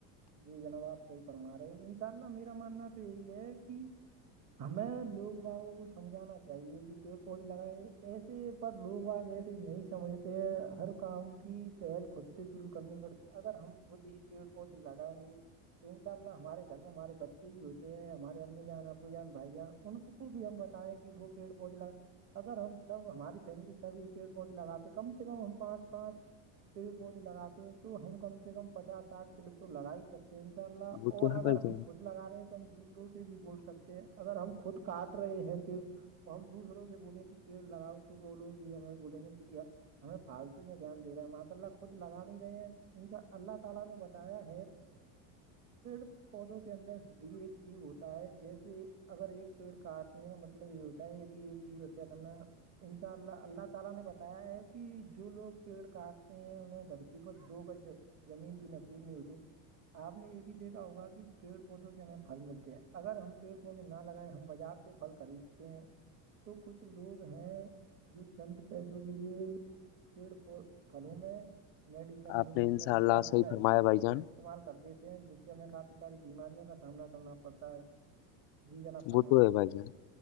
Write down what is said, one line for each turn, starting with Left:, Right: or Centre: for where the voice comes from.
Right: جی جناب آپ صحیح فما رہے انشاء اللہ میرا ماننا تو یہی ہے کہ ہمیں لوگ باگوں کو سمجھانا چاہیے کہ پیڑ پودے لگائے ایسے پر لوگ آگ ایسے نہیں سمجھتے ہیں ہر کام کی پہل خود سے شروع کرنی پڑتی اگر ہم خود ہی پیڑ پودے لگائیں گے تو ان شاء اللہ ہمارے گھر میں ہمارے بچے بھی ہوتے ہیں ہمارے امی جان ابو جان بھائی جان ان کو کو بھی ہم بتائیں کہ وہ پیڑ پود ل اگر ہم سب ہماری فیملی سبھی پیڑ پودے لگاتے کم سے کم ہم پانچ پانچ پیڑ پودے لگاتے ہیں تو ہم کم سے کم پچاس سٹھ پیریٹ تو لگا ہی سکتے ہیں ان شاء اللہ
Left: وہ تو
Right: اور
Left: ہے
Right: اگر
Left: بھائی
Right: ہم
Left: جان
Right: خود لگا رہے ہیں تو ہم دوسروں سے بھی بول سکتے ہیں اگر ہم خود کاٹ رہے ہیں پیٹ اور ہم دوسروں سے بولے کہ پیڑ لگاؤ تو بولو گ ہمیں بولیں گے کہ کیا ہمیں فالتو میں گان دے رہا ہے ماشاء اللہ خود لگا نہیں رہے ہیں انسا <inaudible> پودوں کے اندر بھی ایک جیو ہوتا ہے جیسے اگر ایک پیڑ کاٹنے کا مطلب اپ یہ ہوتا ہے کہ ایک جیو ہے ہے کرنا ان شاء اللہ اللہ تعالی نے بتایا ہے کہ جو لوگ پیڑ کاٹتے ہیں انہیں درد پت دو کا زمین بھی نصیب نہیں ہوتی آپ نے یہ بھی دیکھا ہوگا کہ پیڑ پودوں سے ہمیں پھل ملتے ہیں اگر ہم پیڑ پودے نہ لگائیں ہم بازار سے پھل خریدتے ہیں تو کچھ لوگ ہیں جو چند پیسوں کے لیے پیڑ پلوں میں میڈیسن انجیکشن
Left: آپ نے ان شاء
Right: اتد
Left: اللہ صحیح
Right: کا
Left: فرمایا بھائی جان
Right: استعمال کر دیتے ہیں جس سے ہمیں کافی ساری بیماریوں کا سامنا کرنا پتا ہے جی جناب فرمائیں
Left: وہ تو ہے بھائی جان